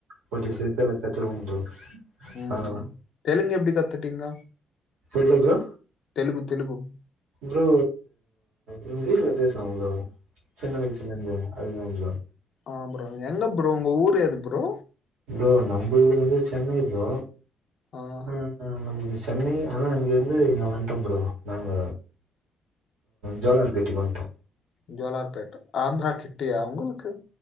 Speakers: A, on the right; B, on the left.
A: கூடிய சீத்துல கத்துவோம் ப்ரோ
B: உம்
A: அவ்ளோதா
B: உம் தெலுங்கு எப்டி கத்துட்டீங்க
A: சொல்லுங்கோ
B: தெலுகு தெலுகு
A: ப்ரோ எங்க வீட்ல பேசுவாங்க ப்ரோ சின்ன வயசுலருந்து அதுதா ஃப்ரோ
B: ஆ ப்ரோ எங்க ப்ரோ உங்க ஊர் எது ப்ரோ
A: ப்ரோ நம்ம வீடு வந்து சென்னை ப்ரோ
B: ஆஹ்
A: ஆ நம்பள்து சென்னை ஆனா அங்கிருந்து இங்க வன்ட்டோம் ப்ரோ நாங்க ஜோலார் பேட்டைக்கு வன்ட்டோம்
B: ஜோலார் பேட்ட ஆந்திரா கிட்டயா உங்களுக்கு